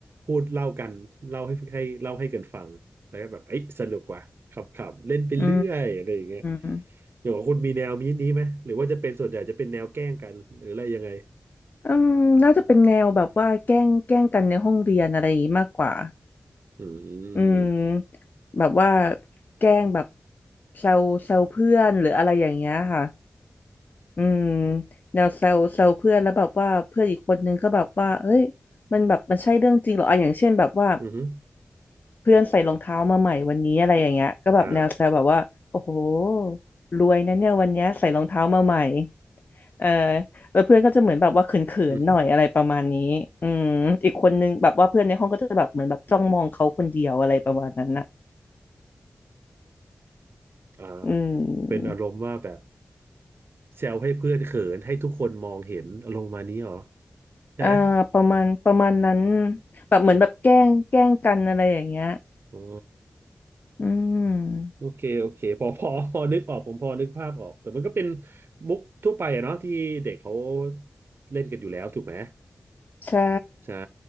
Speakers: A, on the right; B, on the left.
A: พูดเล่ากันเล่าให้ให้เล่าให้กันฟัง แล้วก็แบบเอ้ยสนุกว่ะขำๆเล่นไปเรื่อยอะไรอย่างเงี้ย
B: อืม
A: อย่างของคุณมีแนวนี้นี้ไหมหรือว่าจะเป็นส่วนใหญ่จะเป็นแนวแกล้งกัน หรืออะไรยังไง
B: อืมน่าจะเป็นแนวแบบว่าแกล้งแกล้งกันในห้องเรียนอะไรอย่างนี้มากกว่า
A: อืม
B: อืมแบบว่าแกล้งแบบแซวแซวเพื่อนหรืออะไรอย่างเงี้ยค่ะ อืมแนวเซลเซลเพื่อนแล้วแบบว่าเพื่อนอีกคนนึงก็แบบว่าเอ้ยมันแบบมันใช่เรื่องจริงเหรออ่ะอย่างเช่นแบบว่า
A: อือฮึ
B: เพื่อนใส่รองเท้ามาใหม่วันนี้อะไรอย่างเงี้ยก็แบบแนวเซลแบบว่าโอ้โห
A: อ่า
B: รวยนะเนี่ยวันเนี้ยใส่รองเท้ามาใหม่เออแล้วเพื่อนก็จะเหมือนแบบว่าเขินๆหน่อยอะไรประมาณนี้อืมอีกคนนึงแบบว่าเพื่อนในห้องก็จะแบบเหมือนแบบจ้องมองเขาคนเดียวอะไรประมาณนั้นน่ะ
A: อือฮึอ่า
B: อื
A: เป็นอารมณ์ว่าแบบ
B: ม
A: แซวให้เพื่อนเขินให้ทุกคนมองเห็นอารมณ์มานี้เหรอใช่ไหม
B: เอ่อประมาณประมาณนั้นแบบเหมือนแบบแกล้งแกล้งกันอะไรอย่างเงี้ย
A: อ๋อ
B: อืม
A: โอเค โอเคพอพอพอนึกออกผมพอนึกภาพออกแต่มันก็เป็นมุกทั่วไปอะเนาะที่เด็กเขาเล่นกันอยู่แล้วถูกไหม
B: ใช่
A: ใช่